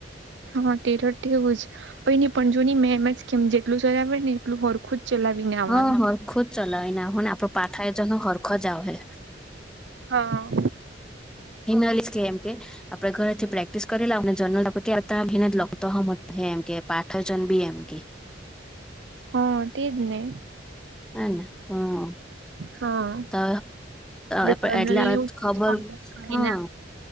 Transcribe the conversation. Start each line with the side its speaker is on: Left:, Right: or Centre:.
Right: હા તેર વું જ હોય નહી પણ જો નહી મેં એમ જ કેમ જેટલું સજાવને એટલું હોરખું જ ચલાવીને આવવાનું
Centre: હા હરખો જ ચલાવીને હો ને આપડો પાઠા એજનો હરખો જ આવશે.
Right: હા.
Centre: હિનાલી સ્ કે એમ કે આપડે ઘરેથી પ્રેક્ટિસ કરી લાવ ને જર્નલ આપડે કે ત ભીને જ લ તો હ એમ કે પાઠજન બી એમ કે
Right: હા તે જ ને.
Centre: હને હમ
Right: હા
Centre: તય એટલે
Right: જર્નલ
Centre: આપ
Right: ને એવું
Centre: ખબર
Right: કમ્પ્લીટ કરીને
Centre: હા